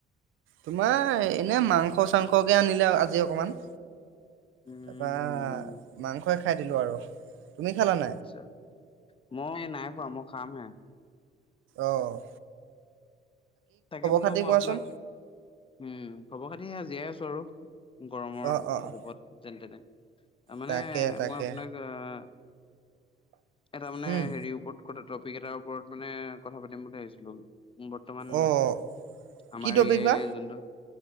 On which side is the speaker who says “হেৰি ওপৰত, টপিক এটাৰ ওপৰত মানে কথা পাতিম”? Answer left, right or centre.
Left